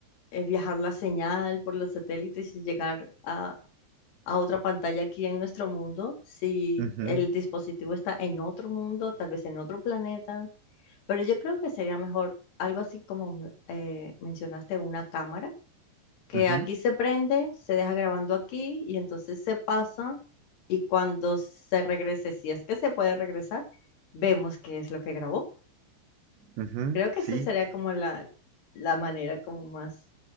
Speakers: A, on the left; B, on the right.
A: eh, viajar la señal por los satélites y llegar a, a otra pantalla aquí en nuestro mundo si
B: Ujú,
A: el dispositivo está en otro mundo, tal vez en otro planeta. Pero yo creo que sería mejor algo así como eh, mencionaste, una cámara, que
B: ujú,
A: aquí se prende, se deja grabando aquí y entonces se pasa y cuando se regrese, si es que se puede regresar, vemos qué es lo que grabó.
B: ujú,
A: Creo que esa
B: sí,
A: sería como la, la manera como más